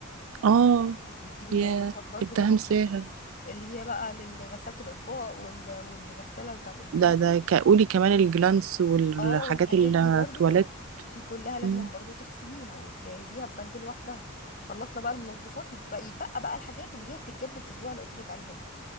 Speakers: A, on the right; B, on the left.
A: اه
B: انت بتجيبي منظفات
A: يا
B: برضو
A: كنت
B: بال...
A: هنساها
B: اللي هي بقى لغساله الاطباق وال... والغساله بتاعت الهدوم
A: ده ده ك- قولي كمان الجلانس والحاجات
B: اه والحاجات
A: التواليت
B: دي برضو دي كلها لازم
A: مم.
B: برضو تحسبيها وتجهزيها ببند لوحدها خلصنا بقى المنظفات يتبقى, يتبقى بقى الحاجات اللي هي بتتجاب الاسبوع اللي قلت لك عليها دي